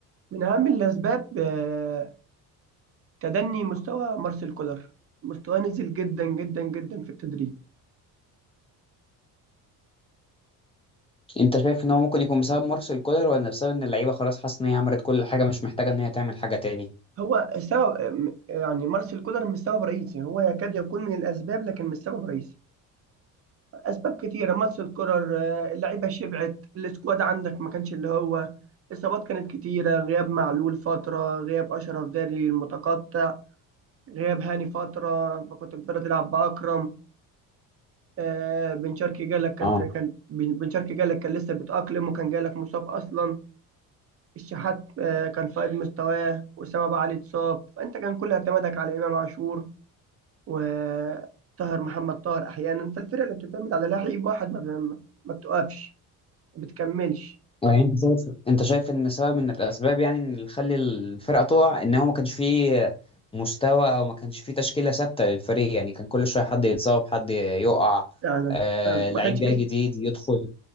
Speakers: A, on the right; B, on the left.
A: من اهم الاسباب آه، تدني مستوى مارسيل كولر مستواه نزل جدا جدا جدا في التدريب
B: انت شايف ان هو ممكن يكون بسبب مارسيل كولر ولا بسبب ان اللعيبه خلاص حاسه ان هي عملت كل حاجه مش محتاجه ان هي تعمل حاجه تاني
A: هو السبب م- يعني مارسيل كولر مش سبب رئيسي هو يكاد يكون من الاسباب لكن مش سبب رئيسي اسباب كتيره مارسيل كولر آه، اللعيبه شبعت السكواد عندك ما كانش اللي هو اصابات كانت كتيره غياب معلول فتره غياب اشرف داري المتقطع غياب هاني فتره فكنت بتقدر تلعب باكرم آه، بن شرقي جالك كان
B: اه
A: في كان بن بن شرقي جالك كان لسه بيتأقلم وكان جالك مصاب اصلا الشحات آه، كان في قد مستواه وأسامة أبو علي اتصاب فأنت كان كل اعتمادك على إمام عاشور وطاهر محمد طاهر أحيانا فالفرقة اللي بتعتمد على لعيب واحد ما ما ما بتقفش ما بتكملش
B: يعني انت شايف انت شايف ان سبب من الاسباب يعني ان اللي خلي الفرقه تقع ان هو ما كانش فيه مستوى او ما كانش فيه تشكيله ثابته للفريق يعني كان كل شويه حد يتصاب حد يقع
A: فعلا
B: آه
A: فعلا
B: لعيب
A: ما كانش
B: جاي
A: فيه
B: جديد يدخل